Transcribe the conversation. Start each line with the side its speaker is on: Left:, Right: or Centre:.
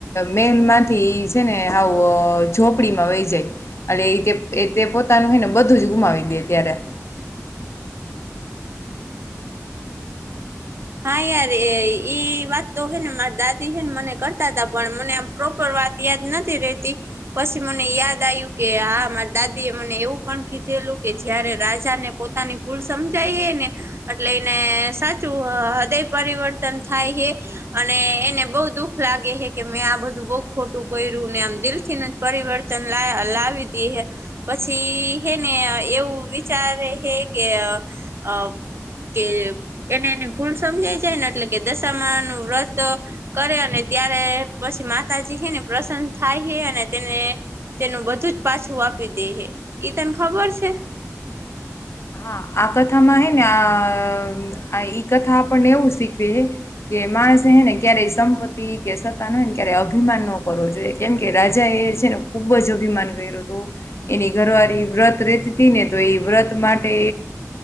Left: મહેલ <unintelligible> માંથી છે ને વ ઝોપડીમાં વહી જાય એટલે એ પોતાનું હોય ને બધું જ ગુમાવી દે ત્યારે <inaudible>
Right: હા, યાર એ ઈ વાત તો હે ને મારા દાદી છે, ને મને કરતા હતા પણ મને આમ પ્રોપર વાત યાદ નથી રતી પછી મને યાદ આવ્યું કે હા મારા <unintelligible> દાદી એ મને એવું પણ કીધે લુ. કે જયારે રાજા ને પોતાની ભૂલ સમજાય એને <unintelligible> એટલે એને સાચું હૃદય પરિવર્તન થાય હ અને એને બઉ દુઃખ લાગે છે, કે મેં આ બધું બ <unintelligible> ખોટું કર્યું ને આમ દિલ થી જ પરિવર્તન લાવી દે હ પછી હે એવું વિચારે છે, કે અ કે એને ભુલ સમજાઈ જાય ને એટલે કે દશામા નું વ્રત કરે અને ત્યારે પછી માતાજી છે, ને પ્રસન થાય છે, અને તેને તેનું બધું જ પાછું આપી દે હ ઈ તને ખબર છે?
Left: <inaudible> હા, આ કથામાં હે ને આ કથા આપણને એવું શીખવી છે, કે મા ને ક્યારેય સંપત્તિ કે સત્તા ન હોય ને ક્યારે અભિમાન ન કરવો જોઈએ કેમ કે રાજા એ છે, ને ખુબ જ અભિમાન કર્યો હતો એની ઘરવાળ વ્રત રેતી હતી ને તો એ વ્રત માટે